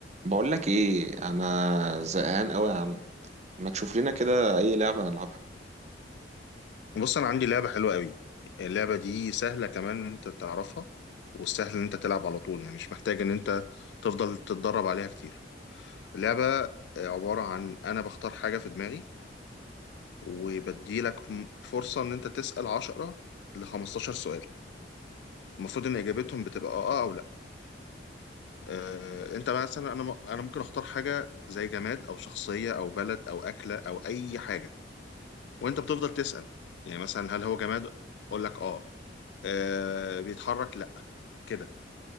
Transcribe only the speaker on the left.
بص انا عندي لعبه حلوه قوي اللعبه دي سهله كمان ان انت تعرفها وسهل ان انت تلعب على طول يعني مش محتاج ان انت تفضل تتدرب عليها كتير اللعبه عباره عن انا بختار حاجه في دماغي وبديلك م- فرصه ان انت تسال 10 ل 15 سؤال المفروض ان اجابتهم بتبقى اه آه، او لا آه انت مثلا انا م- انا ممكن اختار حاجه زي جماد او شخصيه او بلد او اكله او اي حاجه وانت بتفضل تسال يعني مثلا هل هو جماد اقول لك اه آه، بيتحرك لا. كده